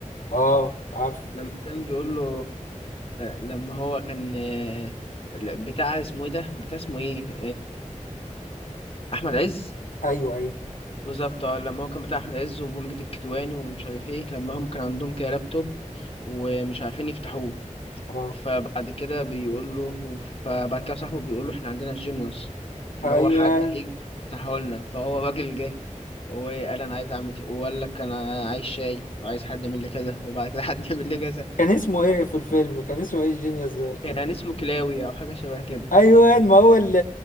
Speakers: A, on the left; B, on the left.
A: اه عارف
B: لما كان بيقول له لما هو كان آه، بتاع اسمه ايه ده بتاع اسمه ايه آه، احمد عز
A: ايوه ايوه
B: بالظبط اه، لما هو كان بتاع احمد عز ومجد الكدواني ومش عارف ايه لما هم كان عندهم كده لابتوب ومش عارفين يفتحوه
A: اه
B: فبعد كده بيقول له فبعد كده صاحبه بيقول له احنا عندنا الجينيوس اللي
A: ايوه
B: هو حد هيجي يفتحولنا فهو راجل جه وقال انا عايز اعمل كده وقال لك انا عايز شاي وعايز حد يعمل لي كذا وبعد كده <laughs> حد يعمل لي كذا
A: كان اسمه ايه في الفيلم كان اسمه ايه الجينيوس ده كان
B: وكان اسمه كلاوي او حاجه شبه كده
A: ايوه ما هو ال-